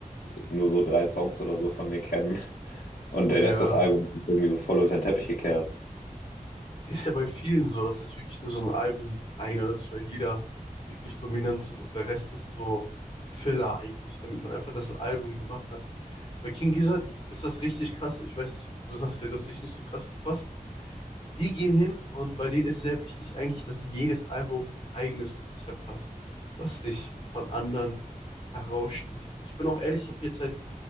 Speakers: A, on the left; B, on the left.
A: nur so drei Songs oder so von mir kennen und
B: ja.
A: der Rest des Albums ist irgendwie so voll unter den Teppich gekehrt.
B: Ist ja bei vielen so, dass es wirklich nur so ein Album, ein oder zwei Lieder wirklich dominant sind und der Rest ist so Filler eigentlich, damit man einfach das Album gemacht hat. Bei King Gizzard ist das richtig krass. Ich weiß nicht, du sagst ja, du hast dich nicht so krass befasst. Die gehen hin und bei denen ist sehr wichtig eigentlich, dass jedes Album ein eigenes Konzept hat, was sich von anderen heraussticht. Ich bin auch ehrlich, ich habe jetzt seit